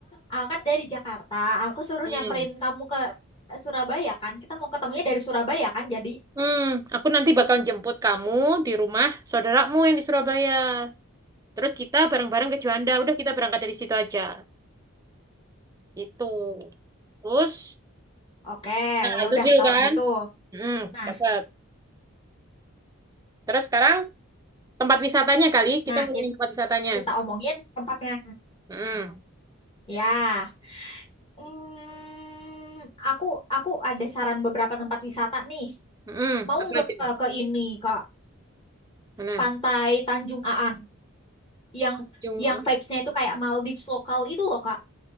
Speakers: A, on the left; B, on the right.
A: aku kan dari Jakarta. Aku suruh
B: Hmm.
A: nyamperin kamu ke Surabaya kan. Kita mau ketemunya dari Surabaya kan. Jadi
B: Hmm, aku nanti bakal jemput kamu di rumah saudaramu yang di Surabaya. Terus kita bareng-bareng ke Juanda. Udah kita berangkat dari situ aja. Itu. Terus,
A: oke,
B: nah
A: ya
B: itu
A: udah
B: deal
A: kalau
B: kan?
A: gitu.
B: Hmm,
A: Nah,
B: cepet. Terus sekarang tempat wisatanya kali. Kita
A: nah
B: ngomongin
A: kita,
B: tempat wisatanya.
A: kita omongin tempatnya.
B: Hmm,
A: Ya. Hmm, aku aku ada saran beberapa tempat wisata nih.
B: hmm,
A: Mau
B: apa
A: nggak
B: aja?
A: ke ini Kak?
B: Mana?
A: Pantai Tanjung Aan yang
B: Tanjung
A: yang
B: An-
A: vibes-nya itu kayak Maldives lokal itu loh Kak.